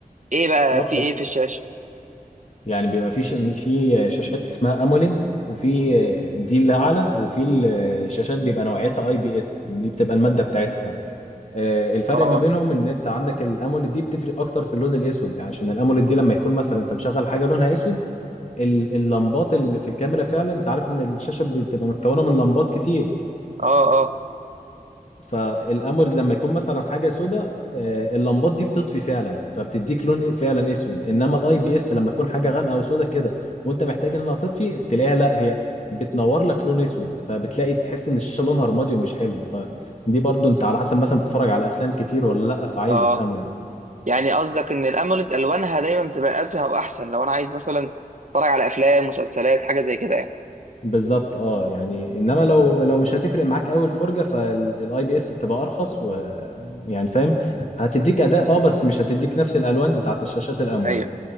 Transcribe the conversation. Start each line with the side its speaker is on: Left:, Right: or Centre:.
Right: ايه بقى
Left: اه
Right: في ايه في الشاشة
Left: يعني بيبقى في ش... في شاشات اسمها اموليد وفي دي اللي اعلى وفي الشاشات بيبقى نوعيتها اي بي اس دي بتبقى الماده بتاعتها آه، الفرق
Right: اه
Left: ما بينهم ان انت عندك الاموليد دي بتفرق اكتر في اللون الاسود يعني عشان الاموليد دي لما يكون مثلا انت مشغل حاجه لونها اسود ال- اللمبات اللي في الكاميرا فعلا انت عارف ان الشاشه بتبقى متكونه من لمبات كتير
Right: اه اه
Left: فالامورد لما يكون مثلا حاجه سوداء آه، اللمبات دي بتطفي فعلا فبتديك لون فعلا اسود انما الاي بي اس لما تكون حاجه غامقه او سوداء كده وانت محتاج انها تطفي تلاقيها لا هي بتنور لك لون اسود فبتلاقي تحس ان الشاشه لونها رمادي ومش حلو فدي برضو انت على حسب مثلا بتتفرج على افلام كتير ولا لا فعايز
Right: اه
Left: اموليد
Right: يعني قصدك ان الاموليد الوانها دايما بتبقى ازهى واحسن لو انا عايز مثلا اتفرج على افلام مسلسلات حاجة زي كده يعني
Left: بالظبط اه يعني انما لو لو مش هتفرق معاك قوي الفرجه فالاي بي اس بتبقى ارخص ويعني فاهم هتديك اداء اه بس مش هتديك نفس الالوان بتاعت الشاشات الاموليد
Right: ايوه